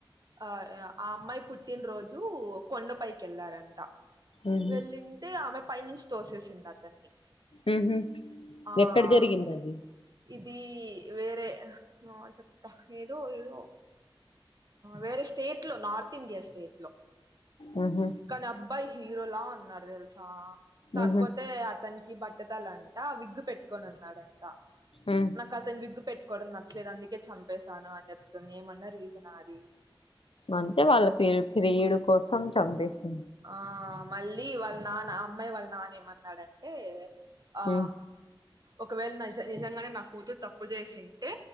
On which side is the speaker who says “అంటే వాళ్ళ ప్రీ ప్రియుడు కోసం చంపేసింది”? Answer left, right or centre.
Left